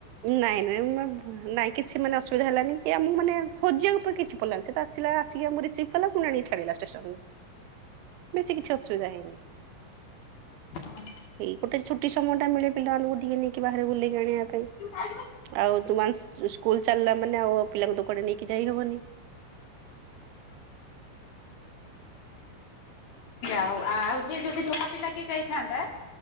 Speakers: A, on the right (about 85°); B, on the left (about 55°).
A: ନାଇଁ ନାଇଁ ନାଇଁ କିଛି ମାନେ ଅସୁବିଧା ହେଲାନି, କି ମୁଁ ମାନେ ଖୋଜିବାକୁ କିଛି କଲା ସେ ତ ଆସିଲା ଆସିକି ଆମକୁ ରିସିଭ୍ କଲା, ପୁଣି ଆଣି ଛା ଛାଡିଲା ଷ୍ଟେସନ ବେଶୀ କିଛି ଅସୁବିଧା ହେଇନି।
B: <inaudible>
A: ଏଇ ଗୋଟେ ଛୁଟି ସମୟ ଟା ମିଳେ ପିଲାମାନଙ୍କୁ ଟିକେ ନେଇକି ବାହାରେ ବୁଲେଇକି ଆଣିବା ପାଇଁ।
B: <inaudible>
A: ଆଉ ଯଉ ୱାନ୍ସ ସ୍କୁଲ ଚାଲିଲା ମାନେ ଆଉ ପିଲାଙ୍କୁ ତ କୁଆଡେ ନେଇକି ଯାଇହବନି।
B: ଯାହଉ ଆଉ ଯିଏ ଯଦି ନୂଆ ପିଲା କିଏ ଯାଇଥାନ୍ତା